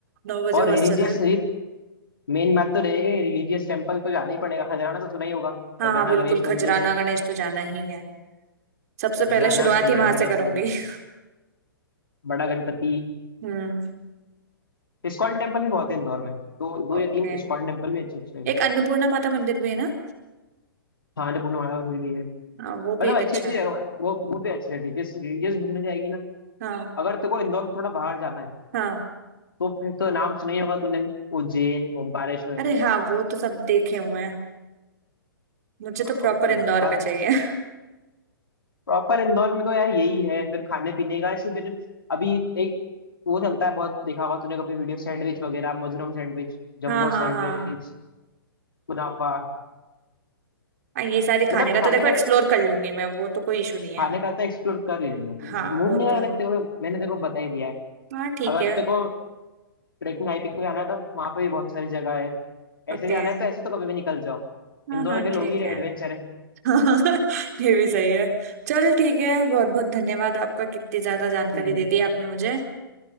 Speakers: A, on the right; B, on the left.
A: नौ बजे
B: और रिलीजियस
A: हॉस्टल है
B: मेन बात तो रह गई रिलीजियस टेम्पल तो जाना ही पड़ेगा खजराना तो सुना ही होगा
A: हाँ
B: खजराना
A: हाँ बिल्कुल
B: गणेश
A: खजराना
B: मंदिर
A: गणेश तो जाना ही है सबसे पहले
B: खजराना
A: शुरुआत
B: खजराना
A: ही वहां
B: गणेश
A: से करूंगी
B: मंदिर
A: <laughs>
B: बड़ा गणपति
A: हम्म
B: इस्कॉन टेम्पल भी बहुत है इंदौर में दो दो
A: ओके
B: या तीन इस्कॉन टेम्पल भी अच्छे अच्छे हैं
A: एक अन्नपूर्णा माता मंदिर भी है ना
B: हाँ अन्नपूर्णा माता मंदिर भी है
A: हाँ वो
B: मतलब
A: भी एक
B: अच्छी
A: अच्छा
B: अच्छी
A: है
B: जगह वो वो भी अच्छे हैं रिलीजियस रिलीजियस घूमने जाएगी ना
A: हाँ
B: अगर तेरे को इंदौर से थोड़ा बाहर जाना है
A: हाँ
B: तो फिर तो नाम सुना ही होगा तूने उज्जैन ओमकारेश्वर
A: अरे हाँ वो तो सब देखे हुए हैं मुझे तो
B: हाँ,
A: प्रॉपर
B: वो ये
A: इंदौर
B: है।
A: का चाहिए <laughs>
B: प्रॉपर इंदौर में तो यार यही है फिर खाने पीने का ऐसे फिर अभी एक वो चलता है बहुत देखा होगा तूने कभी वीडियो सैंडविच वगैरह मधुरम सैंडविच जंबो
A: हाँ हाँ
B: सैंडविच
A: हाँ
B: कुनाफा
A: हाँ ये सारे खाने
B: मतलब
A: का
B: खाने
A: तो देखो
B: का
A: एक्सप्लोर कर लूंगी मैं वो तो कोई इशू नहीं है
B: खाने का तो एक्सप्लोर कर ही लेना तो
A: हाँ
B: घूमने
A: वो
B: का
A: तो
B: देखते हुए मैंने तेरे को बता ही दिया है
A: हाँ ठीक
B: अगर
A: है
B: तेरे को ट्रेकिंग हाइकिंग पे जाना है तो वहां पे भी बहुत सारी जगह है
A: ओके
B: ऐसे जाना है तो ऐसे तो कभी भी निकल जाओ
A: हाँ
B: इंदौर
A: हाँ
B: के लोग
A: ठीक
B: ही
A: है
B: एडवेंचर है
A: <laughs> ये भी सही है चलो ठीक है बहुत बहुत धन्यवाद आपका कितनी ज्यादा जानकारी
B: हम्म
A: दे दी आपने मुझे